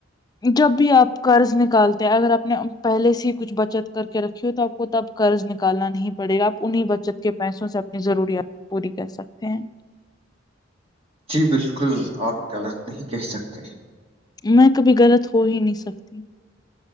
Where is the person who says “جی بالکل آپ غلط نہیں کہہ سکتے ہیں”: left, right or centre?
Right